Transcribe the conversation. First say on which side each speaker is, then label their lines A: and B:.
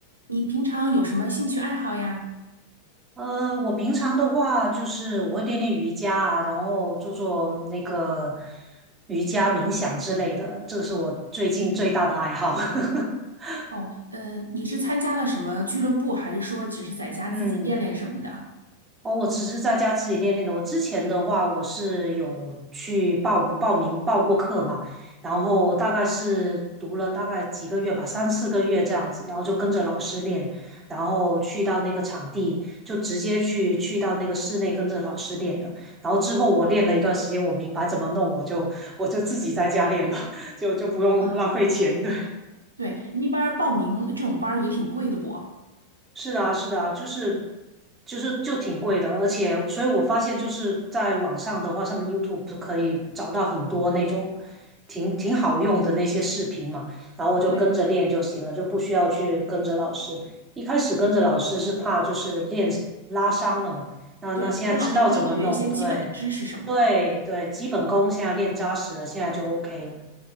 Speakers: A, on the right (about 80°); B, on the right (about 20°).
A: 你平常有什么兴趣爱好呀？
B: 呃，我平常的话就是我会练练瑜伽啊，然后做做那个瑜伽冥想之类的，这个是我最近最大的爱好。<laughs>
A: 哦，呃，你是参加了什么俱乐部，还是说只是在家自己练练什么的？
B: 嗯。哦，我只是在家自己练练的。我之前的话，我是有去报报名报过课嘛，然后大概是读了大概几个月吧，三四个月这样子，然后就跟着老师练，然后去到那个场地，就直接去去到那个室内跟着老师练的。然后之后我练了一段时间，我明白怎么弄，我就我就自己在家练了，<laughs> 就就不用浪费钱，
A: 嗯，
B: 的。
A: 对，那边儿报名这种班儿也挺贵的不？
B: 是的啊，是的啊，就是就是就挺贵的，而且，所以我发现就是在网上的话，上面 YouTube 可以找到很多那种挺挺好用的那些视频嘛，然后我就跟着练就行了，
A: 对
B: 就不需要去跟着老师。一开始跟着老师是怕就是练拉伤了嘛，那那现在知道怎么弄，
A: 对，跟老师可以学一些基本的知识什么的。
B: 对对对，基本功现在练扎实了，现在就 OK 了。